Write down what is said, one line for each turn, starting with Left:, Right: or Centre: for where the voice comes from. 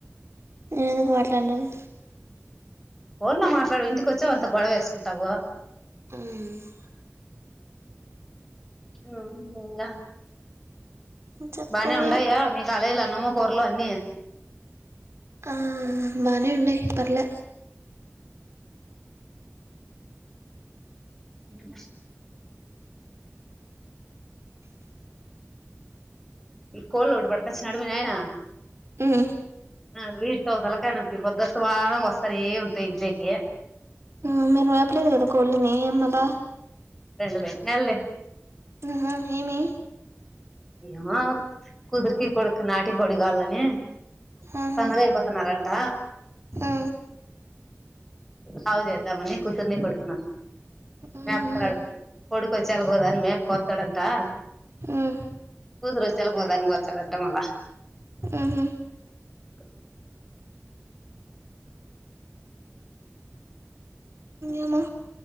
Right: నేను ఎందుకు మాట్లాడనాను.
Centre: ఫోన్ లో మాట్లాడు ఇంటిక వచ్చి వానితో గొడవ వేసుకుంటావు.
Right: ఉమ్
Centre: ఉహు ఇంగ
Right: చెప్పాల
Centre: బానే ఉండయా మీ కాలేజీలో అన్నము, కూరలు అన్ని
Right: ఆ బానే ఉన్నాయ్ పర్లే
Centre: న అ ఇ కోళ్ళోటి పట్టుకొచ్చాడు మి నాయన
Right: ఉమ్
Centre: ఆ వీటితో తలకాయనొప్పి పొద్దుఅంతమాను వస్తానే ఉంటాయి ఇంట్లోకి.
Right: హు మీరు మేపలేదు కదా కోళ్ళని ఏమలా
Centre: రెండు పేటన్నాలే
Right: ఉహ ఏమి
Centre: ఏమో కూతురికి, కొడుక్కి నాటుకోడి కావాలి అని
Right: ఆహా
Centre: సన్నగా అయిపోతున్నారంట.
Right: ఆ
Centre: లావు చేద్దామని కూతుర్ని, కొడుకును
Right: ఉహు
Centre: మేపతున్నాడు కొడుకొచ్చేలా దానికి మే కొత్తాడంటా
Right: ఉమ్
Centre: కూతురోచ్చేలాకు ఒక్కదాన్ని కోస్తాడు అంట మళ్ళా.
Right: ఉహు
Centre: క
Right: ఏమో